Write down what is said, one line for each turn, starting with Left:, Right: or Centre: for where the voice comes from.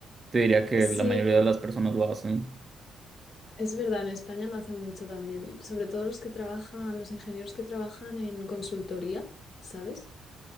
Right: Te diría que
Left: Sí.
Right: la mayoría de las personas lo hacen,
Left: Es verdad, en España lo hacen mucho también, sobre todo los que trabajan, los ingenieros que trabajan en consultoría, ¿sabes?